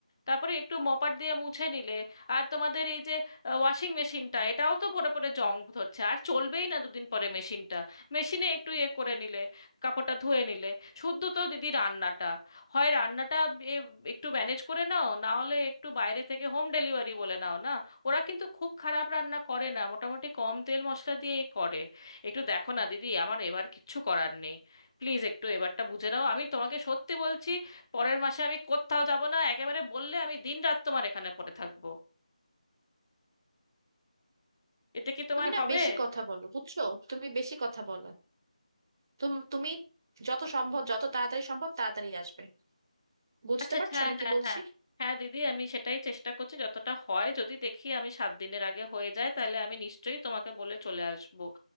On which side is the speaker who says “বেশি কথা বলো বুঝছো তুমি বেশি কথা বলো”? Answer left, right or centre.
Right